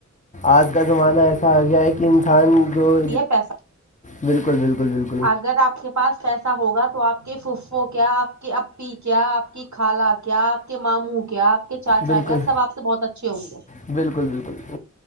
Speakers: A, on the left; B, on the right.
A: اج کا زمانہ ایسا ا گیا ہے کہ انسان جو
B: یہ پیسے
A: بالکل بالکل بالکل
B: اگر آپ کے پاس پیسہ ہوگا تو آپ کے پفو کیا اپ کے اپی کیا اپ کی خالہ کیا اپ کے مامو کیا اپ کے چاچا
A: بالکل
B: کیا سب اپ سے بہت اچھے ہوں گے
A: بالکل بالکل